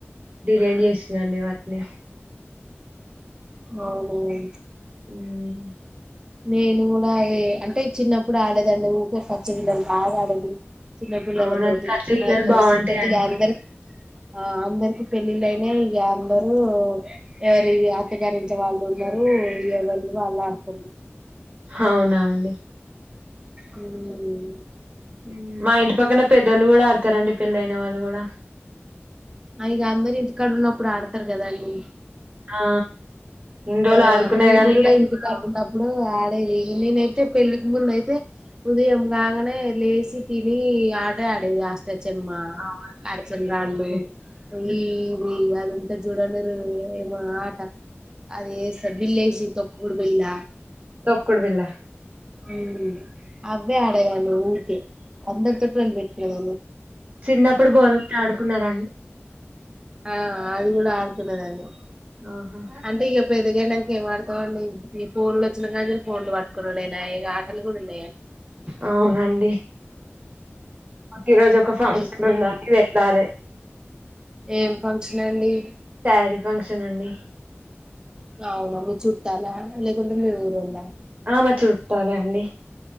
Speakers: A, on the right; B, on the right.
A: డిలీట్ చేసినండి వర్క్ ని
B: అవునా
A: మ్మ్
B: నేను గూడా యే అంటే చిన్నప్పుడు ఆడేదండి ఊకే పచ్చగిల్లలు బాగా ఆడేది చిన్నపిల్లల
A: అవునండి
B: తోటి
A: కచ్చగిల్లలు
B: మా దోస్తుల
A: బాగుంటాయండి
B: తోటి ఇగ అందరు ఆ అందరికి పెళ్ళిళ్ళైనయ్ ఇగ అందరు ఎవరి అత్తగారింట్ల వాళ్ళు ఉన్నరు ఇగ ఎవళ్ళి వాళ్ళు ఆడుతుండ్రు
A: అవునా అండి
B: ఉమ్
A: ఉమ్ మా ఇంటి పక్కన పెద్దోళ్ళు గూడా ఆడతారండి పెళ్ళైయిన వాళ్ళు గూడా
B: ఇగ అందరు ఇంటి కాడవున్నప్పుడు ఆడతారు గదండి
A: ఆ ఇన్ని రోజులు
B: ఆ
A: ఆడుకునేది
B: మేము
A: కానీ
B: గూడా
A: ఇగ ఇప్పుడు
B: ఇంటికాడ ఉన్నప్పుడు నేనైతే పెళ్ళికి ముందు అయితే ఉదయం కాగానే లేసి తిని ఆట ఆడేది అష్టచెమ్మా
A: అవునండి
B: అచ్చన రాళ్ళు ఉమ్ ఉమ్ అది ఉంటది చూడలేరు ఏమో ఆట అది యే బిలేసి తొక్కుడు బిల్ల
A: తొక్కుడు బిల్ల
B: ఉమ్ అవ్వే ఆడేదాన్ని ఊకే అందరితోటి లొళ్ళి పెట్టుకునే దాన్ని
A: చిన్నప్పుడు బౌల్ తో ఆడుకున్నారండి
B: ఆ అది గూడా ఆడుకునేదాన్ని
A: ఆహా
B: అంటే ఇగ పెద్దగైనంకా ఏం ఆడతామండి ఈ ఫోన్లు వచ్చినా గానించెల్లి ఫోన్లు పట్టుకునుడేనాయ్ ఆటలు కూడా లేవ్
A: అవునండి మాకు ఈ రోజు ఒక ఫంక్షన్
B: రేపు
A: ఉందండి వెళ్ళాలే
B: ఏం ఫంక్షన్ అండి
A: సారి ఫంక్షన్ అండి
B: అవునా మీ చుట్టాలా లేకుంటే మీ ఊరోళ్ళా
A: ఆ మా చుట్టాలే అండి